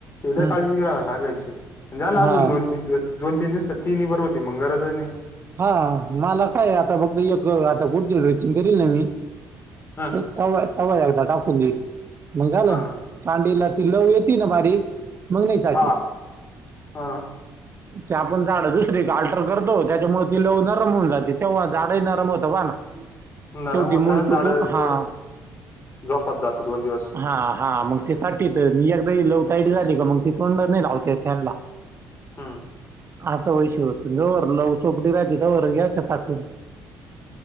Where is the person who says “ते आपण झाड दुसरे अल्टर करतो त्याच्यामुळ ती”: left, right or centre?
Right